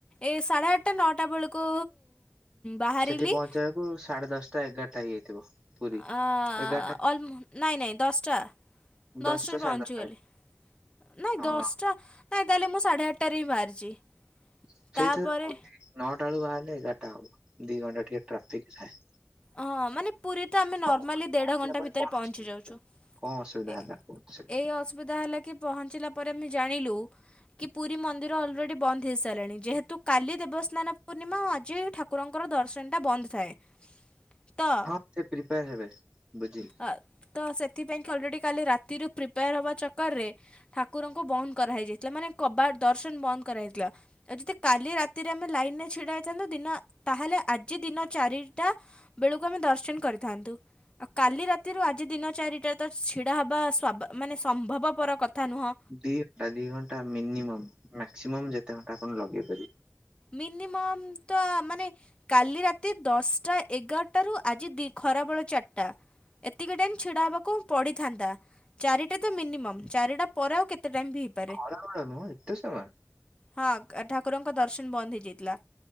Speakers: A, on the left; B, on the right.
A: ଏ ସାଢେ ଆଠଟା ନଅଟା ବେଳକୁ ବାହାରିଲି
B: ସେଠି ପହଞ୍ଚବାକୁ ସାଢେ ଦଶଟା ଏଗାରଟା ହେଇଯାଇଥିବ। ପୁରୀ
A: ଅଲ୍
B: ଏଗାର ଟା।
A: ନାଇଁ ନାଇଁ ଦଶଟା ଦଶଟାରେ
B: ଦଶଟା
A: ପହଞ୍ଚିଗଲି
B: ସାଢେ ଦଶଟା
A: ନାଇଁ
B: ହଁ
A: ଦଶଟା ନାଇଁ ତାହେଲେ ମୁଁ ସାଢ଼େ ଆଠଟାରେ ହିଁ ବାହାରିଛି।
B: ସେଇଥିର
A: ତା'ପରେ
B: ହଛି ନଅଟା ବେଳୁ ବାହାରିଲେ ଏଗାରଟା ହବ। ଦି ଘଣ୍ଟା ଟିକେ ଟ୍ରାଫିକ ଥାଏ।
A: ହଁ ମାନେ ପୁରୀ ତ ଆମେ ନର୍ମାଲି
B: ହଁ କଣ
A: ଦେଢ଼
B: ପହଞ୍ଚିଲା
A: ଘଣ୍ଟା
B: ପରେ
A: ଭିତରେ
B: କଣ
A: ପହଞ୍ଚି ଯାଉଛୁ।
B: କଣ ଅସୁବିଧା
A: ଏ
B: ହେଲା କୁହନ୍ତୁ ସେଟା।
A: ଏଇ ଅସୁବିଧା ହେଲା କି ପହଞ୍ଚିଲା ପରେ ଆମେ ଜାଣିଲୁ କି ପୁରୀ ମନ୍ଦିର ଅଲରେଡି ବନ୍ଦ ହେଇ ସାରିଲଣି ଯେହେତୁ କାଲି ଦେବସ୍ନାନ ପୂର୍ଣ୍ଣିମା ଆଜି ଠାକୁ ଠାକୁରଙ୍କର ଦର୍ଶନଟା ବନ୍ଦ ଥାଏ। ତ
B: ହଁ ସେ ପ୍ରିପାର ହେବେ। ବୁଝିଲି
A: ଅ ତ ସେ ସେଥିପାଇଁକ ଅଲରେଡ଼ି କାଲି ରାତିରୁ ପ୍ରିପେୟାର ହେବା ଚକରରେ ଠାକୁରଙ୍କୁ ବନ୍ଦ କରାହେଇଯାଇଥିଲା ମାନେ କବା ଦର୍ଶନ ବନ୍ଦ କରାଯାଇଥିଲା। ଆଉ ଯଦି କାଲି ରାତିରେ ଆମେ ଲାଇନରେ ଛିଡା ହେଇଥାନ୍ତୁ ଦିନ ତାହେଲେ ଆଜି ଦିନ ଚାରିଟା ବେଳକୁ ଆମେ ଦର୍ଶନ କରିଥାନ୍ତୁ। କାଲି ରାତିରୁ ଆଜି ଦିନ ଚାରିଟା ତ ଛିଡା ହବା ମାନେ ସମ୍ଭବପର କଥା ନୁହଁ
B: ଦି ଘଣ୍ଟା ଦି ଘଣ୍ଟା ମିନିମ ମକ୍ସିମମ୍ ଯେତେ ଘଣ୍ଟା ଆପଣ ଲଗେଇ ପାରିବେ।
A: ମିନିମମ ତ ମାନେ କାଲି ରାତି ଦଶଟା ଏଗାରଟ ର ଆଜି ଦ ଖରା ଖରାବେଳ ଚାରିଟା ଏତିକି ଟାଇମ ଛିଡା ହବାକୁ ପଡିଥାନ୍ତା ଚାରିଟା ତ ମିନିମମ ଚାରିଟା ପରେ ଆଉ ଟାଇମ୍ ବି ହେଇପାରେ
B: ଖରା ବେଳେ ନୁହଁ ଏତେ ସେ
A: ହଁ କ- ଠାକୁରଙ୍କ ଦର୍ଶନ ବନ୍ଦ ହେଇଯାଇଥିଲା।